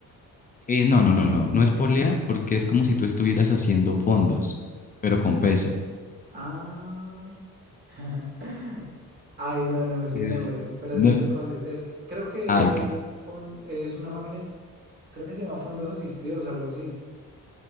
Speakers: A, on the left (about 25°); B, on the right (about 30°).
A: Eh, no, no, no, no. No es polea
B: No,
A: porque
B: polea.
A: es como si tú estuvieras haciendo fondos, pero con peso.
B: Ah. <laughs> Ay, no, no me sé
A: Ni
B: el
A: idea.
B: nombre, pero
A: No.
B: sí sé cuál es. Es que creo que
A: Ah, ok.
B: es, fon- es una máquina, creo que se llama fondos asistidos, algo así,